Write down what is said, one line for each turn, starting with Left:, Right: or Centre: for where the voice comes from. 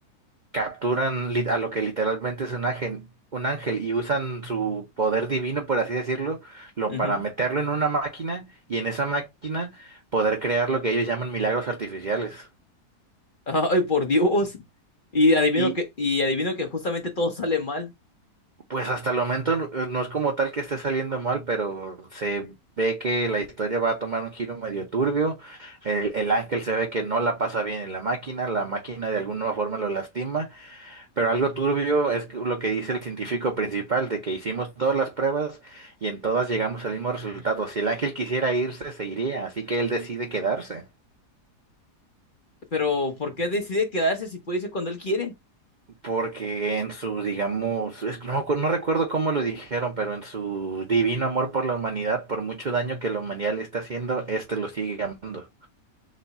Right: capturan lit- a lo que literalmente es un ángel, un ángel y usan su poder divino, por así decirlo, lo,
Left: ujú.
Right: para meterlo en una máquina y en esa máquina poder crear lo que ellos llaman milagros artificiales.
Left: Ay, por Dios. Y adivino
Right: Y
Left: que, y adivino que justamente todo sale mal.
Right: pues hasta el momento no no es como tal que esté saliendo mal, pero se ve que la historia va a tomar un giro medio turbio. El, el ángel se ve que no la pasa bien en la máquina, la máquina de alguna forma lo lastima, pero algo turbio es que- lo que dice el científico principal, de que hicimos todas las pruebas y en todas llegamos al mismo resultado. Si el ángel quisiera irse, se iría, así que él decide quedarse.
Left: Pero, ¿por qué decide quedarse si puede irse cuando él quiere?
Right: Porque en su, digamos, es- que no, me acuer- no recuerdo cómo lo dijeron, pero en su divino amor por la humanidad, por mucho daño que la humanidad le está haciendo, este lo sigue amando.